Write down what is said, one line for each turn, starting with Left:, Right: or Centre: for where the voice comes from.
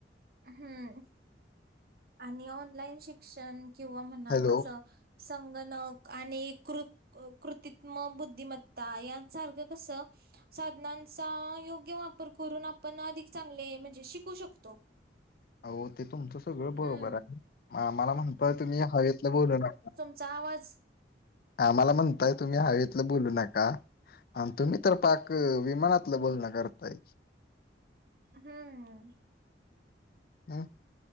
Right: हम्म आणि ऑनलाईन शिक्षण किंवा म्हणा
Left: हॅलो
Right: असं संगणक आणि कृत कृत्म बुद्धिमत्ता यांसारखं कसं साधनांचा योग्य वापर करून आपण अधिक चांगले म्हणजे शिकू शकतो
Left: हो ते तुमचं सगळं बरोबर
Right: हम्म.
Left: आहे मला म्हणतोय तुम्ही हवेतलं बोल न
Right: वाज
Left: आम्हाला म्हणताय तुम्ही हवेतलं बोलू नका आणि तुम्ही तर पाक विमानातलं बोलणं करताय
Right: हम्
Left: हम्